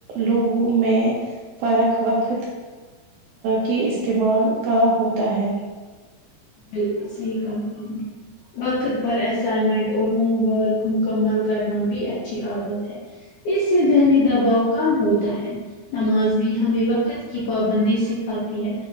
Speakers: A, on the right (about 80°); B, on the left (about 80°).
A: لوگوں میں فرق وقت کے استعمال کا ہوتا ہے
B: بالکل صحیح کہا آپ نے وقت پر اسائمنٹ اور ہوم ورک مکمل کرنا بھی اچھی عادت ہے اس سے ذہنی دباؤ کم ہوتا ہے نماز بھی ہمیں وقت کی پابندی سکھاتی ہے